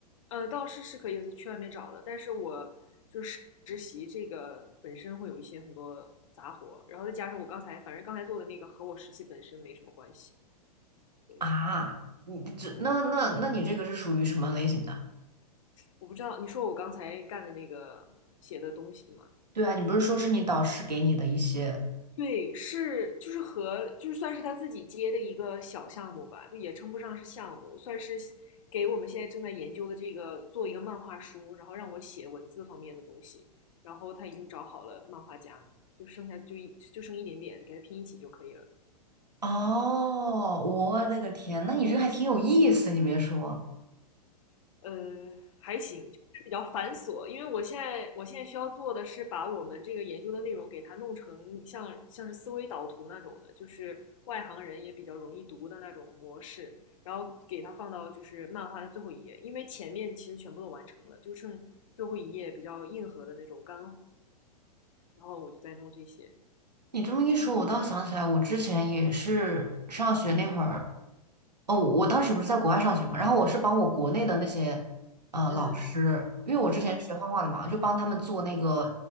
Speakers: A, on the left; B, on the right.
A: 呃，倒是是可以去外面找的，但是我就是实习这个本身会有一些很多杂活，然后再加上我刚才反正刚才做的那个和我实习本身没什么关系，所以
B: 啊，你这那那那你这个是属于什么类型的？
A: 我不知道你说我刚才干的那个写的东西吗？
B: 对啊，你不是说是你导师给你的一些？
A: 对，是就是和就是算是他自己接的一个小项目吧，就也称不上是项目，算是给我们现在正在研究的这个做一个漫画书，然后让我写文字方面的东西，然后他已经找好了漫画家，就剩下就一就剩一点点，给他拼一起就可以了。
B: 哦，我的个天，那你这个还挺有意思，你别说。
A: 呃，还行，就是比较繁琐。因为我现在我现在需要做的是把我们这个研究的内容给它弄成像像是思维导图那种的，就是外行人也比较容易读的那种模式，然后给它放到就是漫画的最后一页，因为前面其实全部都完成了，就剩最后一页比较硬核的那种干货，然后我就在弄这些。
B: 你这么一说，我倒想起来，我之前也是上学那会儿，哦，我当时不是在国外上学嘛，然后我是帮我国内的那些呃老师，
A: 嗯
B: 因为我之前是学画画的嘛，
A: 嗯，嗯
B: 就帮他们做那个